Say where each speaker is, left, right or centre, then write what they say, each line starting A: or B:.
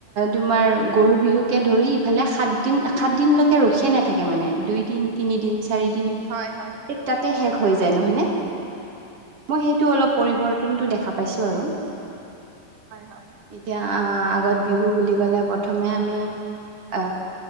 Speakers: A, on the right (about 45°); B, on the right (about 70°).
A: তোমাৰ গৰু বিহুকে ধৰি ইফালে সাত দিন সাত দিনলৈকে ৰখিয়ে নাথাকে মানে দুই তিন তিনিদিন, চাৰি দিন
B: হয় হয়
A: তাতে শেষ হৈ
B: হয়
A: যায় নহয়নে? মই সেইটো অলপ পৰিৱৰ্তনটো দেখা পাইছোঁ আৰু।
B: হয়
A: এতিয়া আ, আগত বিহু
B: হয়
A: বুলি ক'লে প্ৰ প্ৰথমে আমি আ,